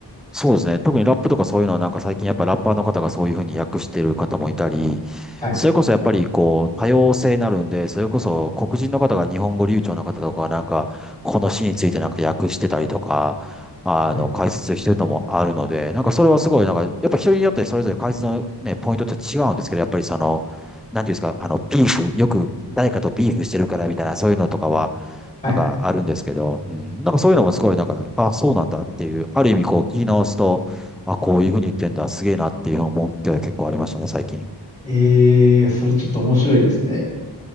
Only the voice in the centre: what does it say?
そうですね。特にラップとかそういうのはなんか最近やっぱラッパーの方がそういうふうに訳してる方もいたり、
それこそやっぱりこう多様性になるんで、それこそ黒人の方が日本語流暢な方とかはなんかこの詩についてなんか訳してたりとか、あの解説してるともあるので、
なんかそれはすごいなんかやっぱ人によってそれぞれ解説のね、ポイントって違うんですけど、やっぱりその、なんていうんですか、あの、ビーフ、よく誰かとビーフしてるからみたいな、そういうのとかは、
なんかあるんですけど、うん、なんかそういうのもすごいなんか、あ、そうなんだっていう、ある意味こう聞き直すと、あ、こういうふうに言ってんだ、すげえなっていう思う機会が結構ありましたね、最近。